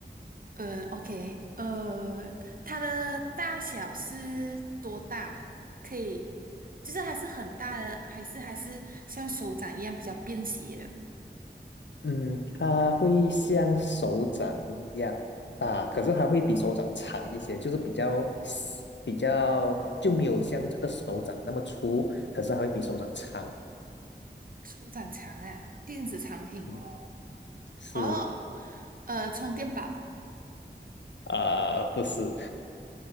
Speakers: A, on the right; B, on the left.
A: 呃，OK，呃，它的大小是多大？可以，就是还是很大的，还是还是像手掌一样比较便携的？
B: 嗯，它会像手掌一样大，可是它会比手掌长一些，就是比较细比较就没有像这个手掌那么粗，可是它会比手掌长。
A: 手掌长啊，电子产品哦。
B: 嗯，是
A: 哦，呃，充电宝。
B: 啊，不是。